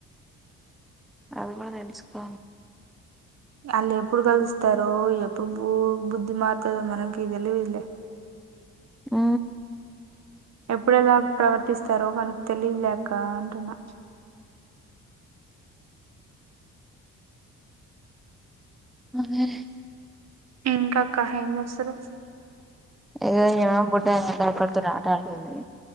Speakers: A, in the centre; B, on the right.
A: అది కూడా తెలుసుకో
B: ఆళ్ళు ఎప్పుడు కలుస్తరో ఎప్పుడు బు బుద్ధి మార్తదో మనకి తెలివదిలే.
A: ఉ
B: ఎప్పుడెలా ప్రవర్తిస్తరో మనకు తెలివిలే అక్కా అంటున్నా.
A: అదేలే
B: ఇంకా అక్క ఎం చేస్తుర్రు?
A: ఇగో ఈమె బుడ్డామే డైపర్ తోని ఆట ఆడుతుంది